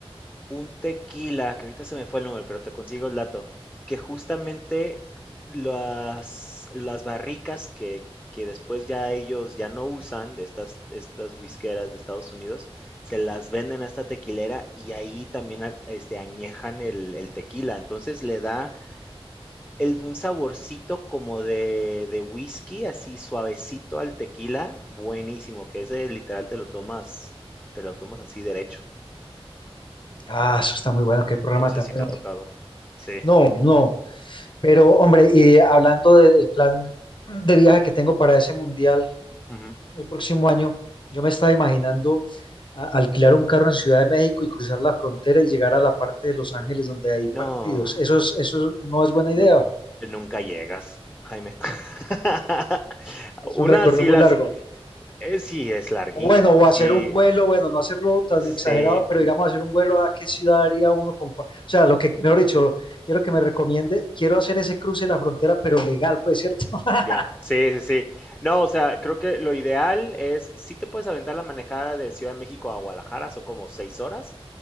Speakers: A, on the left; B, on the left.
A: un tequila, que ahorita se me fue el nombre, pero te consigo el dato, que justamente las las barricas que que después ya ellos ya no usan de estas estas whiskeras de Estados Unidos, se las venden a esta tequilera y ahí también al este, añejan el el tequila. Entonces, le da el un saborcito como de de whisky, así suavecito al tequila, buenísimo, que ese literal te lo tomas te lo tomas así derecho.
B: Ah, eso está muy bueno, qué programa
A: No
B: tan
A: sé si
B: bueno.
A: te ha tocado. Sí,
B: No, no. Pero, hombre, y hablando de- del plan de viaje que tengo para ese mundial
A: ujú.
B: el próximo año, yo me estaba imaginando a- alquilar un carro en Ciudad de México y cruzar la frontera y llegar a la parte de Los Ángeles donde hay partidos.
A: No,
B: Eso es- eso no es buena idea.
A: nu nunca llegas, Jaime. <laughs>
B: Es
A: Una
B: un recorrido
A: sí
B: muy
A: las
B: largo.
A: eh, sí, es larguísimo,
B: O Bueno, o
A: sí,
B: hacer un vuelo, bueno, no hacerlo tan
A: sí.
B: exagerado, pero digamos hacer un vuelo a qué ciudad haría uno. como pa- o sea, lo que, mejor dicho, quiero que me recomiende, quiero hacer ese cruce de la frontera, pero legal, pues, ¿cierto? <laughs>
A: Ya, sí, sí, sí. No, o sea, creo que lo ideal es, sí te puedes aventar la manejada de Ciudad de México a Guadalajara, son como seis horas,